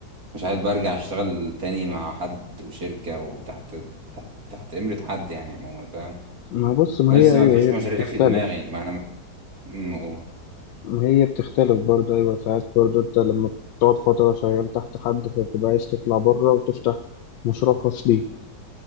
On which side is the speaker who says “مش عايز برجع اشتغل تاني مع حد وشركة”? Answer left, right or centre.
Right